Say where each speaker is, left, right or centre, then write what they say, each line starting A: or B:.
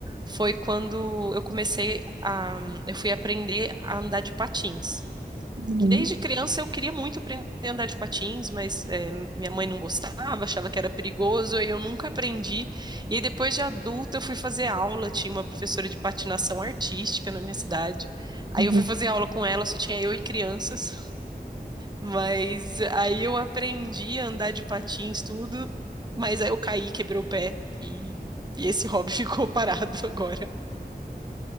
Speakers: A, on the right; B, on the right.
A: foi quando eu comecei a, eu fui aprender a andar de patins.
B: tudo bom.
A: Que desde criança eu queria muito aprender a andar de patins, mas é, minha mãe não gostava, achava que era perigoso, e eu nunca aprendi. E aí depois de adulta eu fui fazer aula, tinha uma professora de patinação artística na minha cidade. Aí
B: Uhum.
A: eu fui fazer aula com ela, só tinha eu e crianças. Mas aí eu aprendi a andar de patins, tudo, mas aí eu caí, quebrei o pé e, e esse hobby <laughs> ficou parado agora.